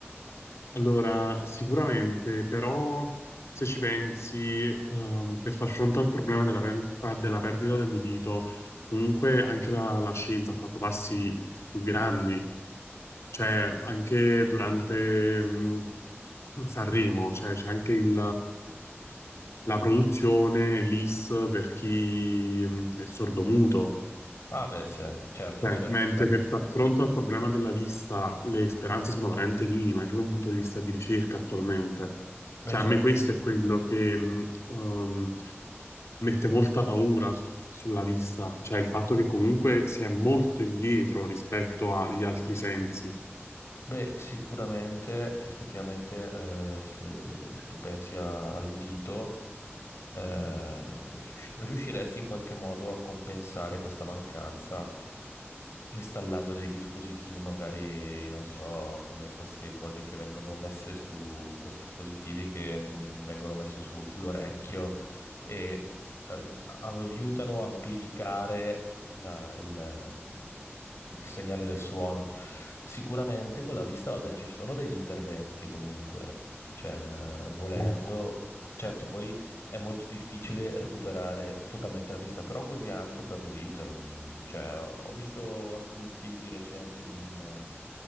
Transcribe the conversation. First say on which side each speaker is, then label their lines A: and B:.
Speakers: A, on the left; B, on the left.
A: Allora, sicuramente, però, se ci pensi, ehm, per far fronte al problema della, pen- ah, della perdita dell'udito, comunque anche la, la scienza ha fatto passi più grandi, cioè anche durante, mm, Sanremo, cioè c'è anche il la produzione, l'IS per chi mh, è sordomuto.
B: Ah, beh, sì, eh. certo,
A: Cioè,
B: certo,
A: mentre
B: certo.
A: per far fronte al problema della vista le speranze sono veramente minime, anche da un punto di vista di ricerca attualmente.
B: Beh,
A: Cioè,
B: certo.
A: a me questo è quello che mh, um, mette molta paura su- sulla vista, cioè il fatto che comunque si è molto indietro rispetto agli altri sensi.
B: Beh, sicuramente, effettivamente, eh, se, se tu pensi a- all'udito, eh, riusci- riusciresti in qualche modo a compensare questa mancanza installando dei dispositivi, magari, non so, come queste cose che vengono messe su questi dispositivi che mm, vengono messe su- sull'orecchio e eh, ri- aiutano a amplificare la- il, il segnale del suono. Sicuramente con la vista, vabbè, ci sono degli interventi comunque, cioè, volendo,
A: Eh,
B: certo, poi è molto difficile recuperare totalmente la vista, però così anche per l'udito. non- cioè, ho visto anche un film di recente di un,